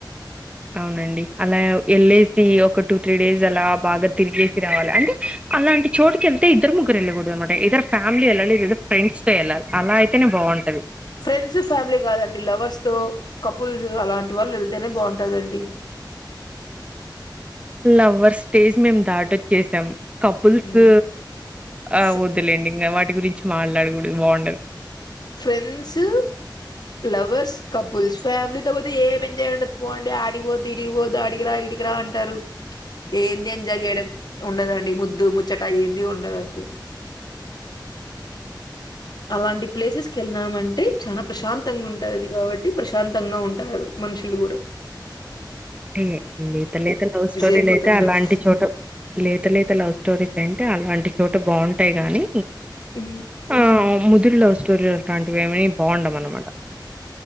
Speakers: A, on the right (about 15°); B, on the left (about 60°).
A: అవునండి అలా ఎళ్ళేసి ఒక టూ త్రీ డేస్ అలా బాగా తిరిగేసి రావాలి అంటే అలాంటి చోటుకి ఎళ్తే ఇద్దరు ముగ్గురు ఎళ్ళకూడదు అన్మాట, ఇయిదర్ ఫ్యామిలీ ఎళ్ళాలి లేదా ఫ్రెండ్స్ తో ఎళ్ళాలి. అలా అయితేనే బావుంటది.
B: ఫ్రెండ్స్, ఫ్యామిలీ కాదండి. లవర్స్ తో, కపుల్స్ అలాంటి వాళ్ళు ఎళ్తేనే బావుంటదండి.
A: లవ్వర్ స్టేజ్ మేము దాటొచ్చేసాం కపుల్స్
B: ఉమ్.
A: ఆ
B: ఫ్-
A: వద్దులేండి ఇంక వాటి గురించి మాట్లాడ కూడదు బాగుండ <unintelligible>
B: ఫ్రెండ్సు <unintelligible> కపుల్స్ ఫ్యామిలీతో పోతే ఏం ఎంజాయ్ ఉండదు పోండి ఆడిపోద్దు ఇడిపోద్దు ఆడిగి <unintelligible> <unintelligible> అంటారు ఏంది ఎంజాయ్ చేయడం ఉండదండి ముద్దు ముచ్చట ఏంది ఉండదు అసలు అలాంటి ప్లేసెస్కి వెళ్ళినామంటే చాలా ప్రశాంతంగా ఉంటుంది కాబట్టి ప్రశాంతంగ ఉంటారు మనుషులు కూడ
A: <unintelligible> లవ్ స్టోరీలు
B: అయిపోతారండి
A: అయితే అలాంటి చోట లేత లేత లవ్ స్టోరీస్ అంటే అలాంటి చోట బాగుంటాయ్ గానీ
B: ఉ
A: ఆ ముదురి లవ్ స్టోరీ అలాంటి <unintelligible> పోండ మనమాట